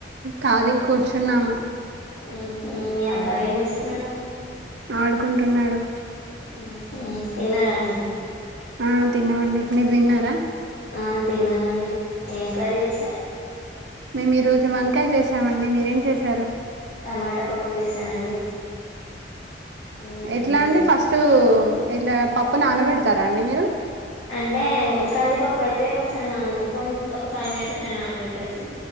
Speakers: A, on the right; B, on the left.
A: ఖాళీగా కూర్చున్నాము
B: ఉహు మీ అబ్బాయి ఏం చేస్తున్నాడు
A: ఆడుకుంటున్నాడు
B: ఉమ్ హు తిన్నారాండి
A: ఆ తిన్నామండి మీరు తిన్నారా
B: ఆ తిన్నామండి ఏం కర్రీ చేశారు
A: మేము ఈ రోజు వంకాయ చేసామండి మీరేం చేసారు
B: టమాటా పప్పు చేశానండి ఉమ్
A: ఎట్లా అండి ఫస్ట్ ఇట్లా పప్పు నానబెడతారా అండి మీరు
B: అంటే కందిపప్పు అయితే కొంచెం నాన ఒక ఫైవ్ మినిట్స్ అట్లా నానబెట్టొచ్చు